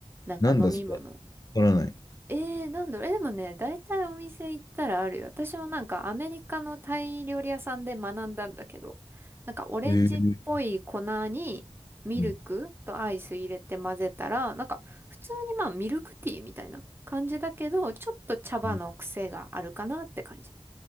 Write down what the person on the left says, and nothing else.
なんだそれ。わからない。
えー、うん。
うん